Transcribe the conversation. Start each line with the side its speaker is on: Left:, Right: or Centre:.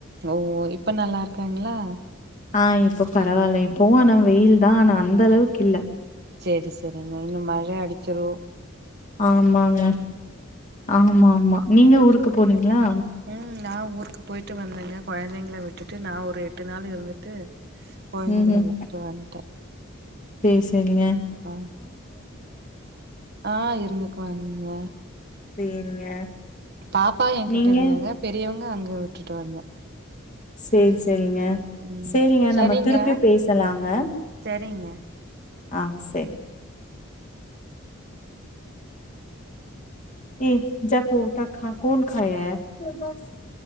Right: ஓ இப்ப நல்லாருக்காங்களா
Left: ஆ இப்போ பரவால்ல இப்பவு ஆனா வெயில் தா ஆனா அந்த அளவுக்கு இல்ல
Right: சேரி சேரிங்க இன்னு மழ அடிச்சிரும்
Left: ஆமாங்க ஆமாமா நீங்க ஊருக்கு போனீங்களா
Right: ம் நா ஊருக்கு போயிட்டு வந்தேங்க கொழந்தைங்கள விட்டுட்டு நா ஒரு எட்டு நாள் இருந்துட்டு கொழந்தைங்கள
Left: ம் ம்
Right: விட்டுட்டு வந்ட்டே
Left: சேர் செரிங்க
Right: ஆ ஆ இருந்துக்குவாங்கங்க
Left: சேரிங்க
Right: பாப்பா எங்க்கிட்ட
Left: நீங்க?
Right: இருந்தாங்க பெரியவங்க அங்க விட்டுட்டு வந்தே
Left: சேர் சேரிங்க
Right: ம்
Left: சேரிங்க
Right: சரிங்க
Left: நம்ம திருப்பியு பேசலாங்க
Right: சரிங்க
Left: ஆ செரி <unintelligible>